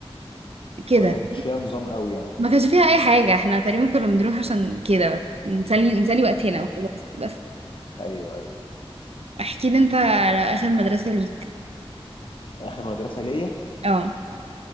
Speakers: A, on the right; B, on the left.
A: كده
B: ما كانش فيها نظام قوي يعني
A: ما كانش فيها اي حاجه احنا تقريبا كنا بنروح عشان كده نسلي نسلي وقتنا
B: آه.
A: وخلاص بس
B: ايوه ايوه
A: احكي لي انت على اخر مدرسه ليك
B: اخر مدرسة ليا
A: اه